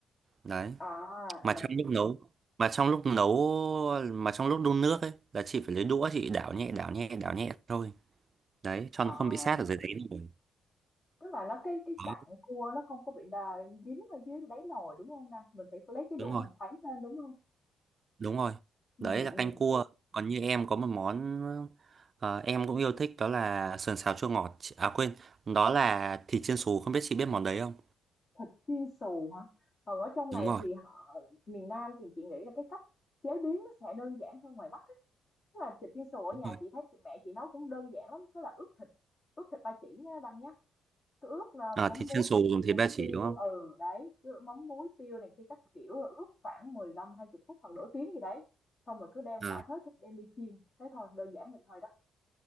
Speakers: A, on the right; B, on the left.
A: đấy
B: À,
A: mà
B: à,
A: trong lúc nấu mà trong lúc nấu mà trong lúc đun nước ấy là chị phải lấy đũa chị đảo nhẹ đảo nhẹ đảo nhẹ thôi đấy cho
B: à,
A: nó không bị sát ở dưới đáy rồi
B: tức là nó cái cái chặn
A: Đấy,
B: cua nó không có bị đà dính ở dưới đáy nồi, đúng không nè? Mình phải lấy cái đũa
A: đúng rồi
B: mình khuấy lên, đúng không
A: đúng rồi
B: ừ
A: đấy là
B: ừ
A: canh cua còn như em có một món ờ, em cũng yêu thích đó là sườn xào chua ngọt à quên đó là thịt chiên xù không biết chị biết món đấy không
B: Thịt chiên xù hả? Còn ở trong này
A: đúng rồi,
B: thì họ miền Nam thì chị nghĩ là cái cách chế biến nó sẽ đơn giản hơn ngoài Bắc á. Tức là thịt chiên xù ở
A: đúng
B: nhà
A: rồi.
B: chị thấy chị mẹ chị nấu cũng đơn giản lắm, cứ là ướp thịt, ướp thịt ba chỉ nhá Đăng nhá. Cứ ướp là mắm
A: À, thịt
B: muối
A: chiên xù
B: này kia,
A: dùng thịt ba chỉ
B: tiêu
A: đúng không
B: ừ đấy, cứ mắm muối tiêu này kia các kiểu là ướp khoảng mười lăm hai 20 phút hoặc nửa tiếng gì đấy. Xong rồi cứ đem
A: à,
B: cả thớ thịt đem đi chiên. Thế thôi, đơn giản vậy thôi đó.